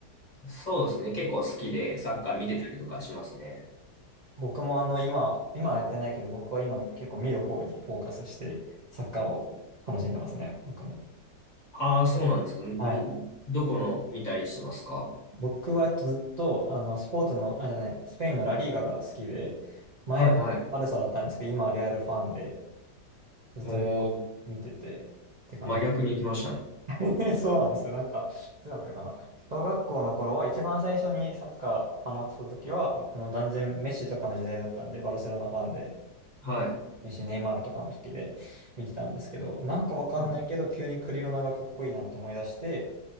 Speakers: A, on the left; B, on the right.
A: そうですね。結構好きでサッカー見てたりとかしますね。
B: はい僕もあの、今、今はやってないけど、僕は今結構見る方にフォーカスして、サッカーを楽しんでますね、僕も。
A: ああ、そうなんですか。んんどこの見たりしてますか
B: はい。僕はえっとずっと、あの、スポーツの、あ、じゃない、スペインのラリーガが好きで、前はバルサだったんですけど、
A: はいはい。
B: 今はレアルファンで、ずっとリーガ見てて、
A: おー、
B: って感じ。
A: 真逆に行きましたね。
B: <laughs> そうなんですよ。なんか、いつだったかな。小学校の頃は、一番最初にサッカーハマってた時は、もう断然メッシとかの時代だったんで、バルセロナファンで、
A: はい。
B: メッシ、ネイマールとかの時で見てたんですけど、なんかわかんないけど、
A: うん
B: 急にクリロナがかっこいいなって思い出して、